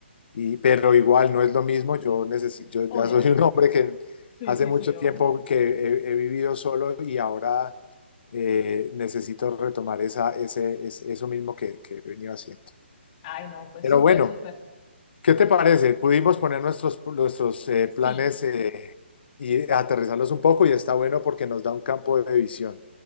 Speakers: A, on the left (about 55°); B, on the left (about 35°).
A: y- pero igual no es lo mismo. Yo necesi- yo
B: Obvio.
A: ya soy un hombre que
B: Sí,
A: hace
B: sí,
A: mucho
B: sí,
A: tiempo
B: obvio.
A: que he, he vivido solo y ahora eh, necesito retomar esa, ese, es- eso mismo que, que he venido haciendo.
B: Ay, no, pues
A: Pero
B: súper,
A: bueno,
B: súper.
A: ¿Qué te parece? Pudimos poner nuestros, nuestros eh,
B: Sí.
A: planes eh, y aterrizarlos un poco y está bueno porque nos da un campo de visión.